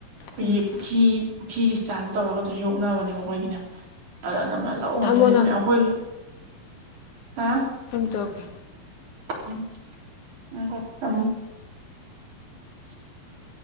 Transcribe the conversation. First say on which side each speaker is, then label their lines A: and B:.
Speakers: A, on the right; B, on the left.
A: ꯑꯈꯣꯏꯒꯤ
B: ꯎꯝ
A: ꯄꯨꯈꯤ-ꯄꯨꯈꯤꯒꯤ ꯁ꯭ꯇꯥꯏꯜꯗ ꯇꯧꯔꯒ ꯑꯗꯨꯖꯨ ꯌꯣꯛꯅꯕꯅꯦꯕ ꯑꯈꯣꯏꯒꯤꯅ ꯑꯗꯅꯃ ꯂꯧ ꯉꯥꯛꯇꯅꯤꯅꯅꯦ
B: ꯊꯝꯃꯣ ꯅꯪ
A: ꯑꯈꯣꯏꯖꯨ ꯍꯥ
B: ꯇꯧꯒꯦ
A: ꯎꯝ ꯉꯥꯏꯈꯣ ꯇꯝ <inaudible>